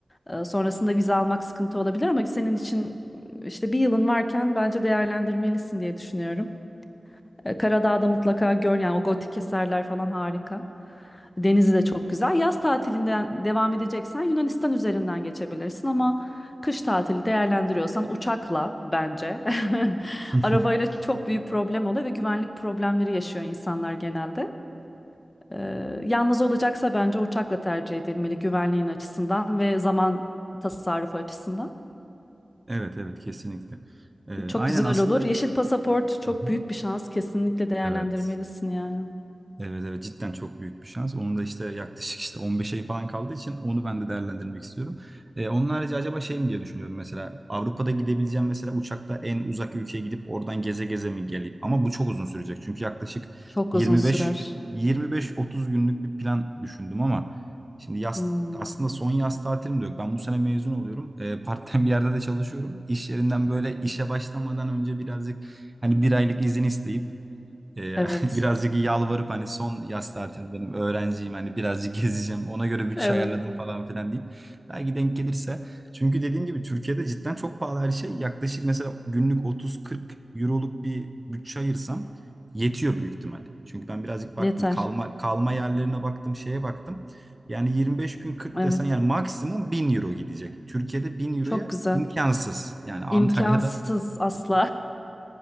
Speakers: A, on the left; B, on the right.
A: E, sonrasında vize almak sıkıntı olabilir ama senin için işte bir yılın varken bence değerlendirmelisin diye düşünüyorum. E, Karadağ'da mutlaka gör yani o gotik eserler falan harika. Denizi de çok güzel. Yaz tatilinden devam edeceksen Yunanistan üzerinden geçebilirsin ama kış tatili değerlendiriyorsan uçakla bence. <laughs>
B: <laughs>
A: Arabayla çok büyük problem oluyor ve güvenlik problemleri yaşıyor insanlar genelde. Ee, yalnız olacaksa bence uçakla tercih edilmeli güvenliğin açısından ve zaman tasarrufu açısından.
B: Evet evet kesinlikle. Ee,
A: Çok
B: aynen
A: güzel
B: aslında.
A: olur. Yeşil pasaport çok
B: Hı hı.
A: büyük bir şans. Kesinlikle değerlendirmelisin
B: Evet.
A: yani.
B: Evet evet cidden çok büyük bir şans. Onun da işte yaklaşık işte 15 ay falan kaldığı için onu ben de değerlendirmek istiyorum. Ee, onun harici acaba şey mi diye düşünüyorum mesela Avrupa'da gidebileceğim mesela uçakta en uzak ülkeye gidip oradan geze geze mi geleyim? Ama bu çok uzun sürecek çünkü yaklaşık
A: Çok
B: 25
A: uzun sürer.
B: 25-30 günlük bir plan düşündüm ama şimdi yaz
A: Hmm,
B: aslında son yaz tatilim de yok. Ben bu sene mezun oluyorum. Ee, part-time bir yerde de çalışıyorum. İş yerinden böyle işe başlamadan önce birazcık hani bir aylık izin isteyip ee,
A: evet.
B: <laughs> birazcık yalvarıp hani son yaz tatilim benim öğrenciyim hani birazcık <laughs> gezeceğim ona göre bütçe
A: Evet.
B: ayarladım falan filan deyip belki denk gelirse çünkü dediğim gibi Türkiye'de cidden çok pahalı her şey yaklaşık mesela günlük 30-40 euroluk bir bütçe ayırsam yetiyor büyük ihtimal. Çünkü ben birazcık baktım
A: Yeter.
B: kalma kalma yerlerine baktım şeye baktım yani 25 gün 40
A: Evet.
B: desen yani maksimum 1000 euro gidecek. Türkiye'de 1000 euroya
A: Çok güzel.
B: imkansız yani Antalya'da
A: İmkansız asla.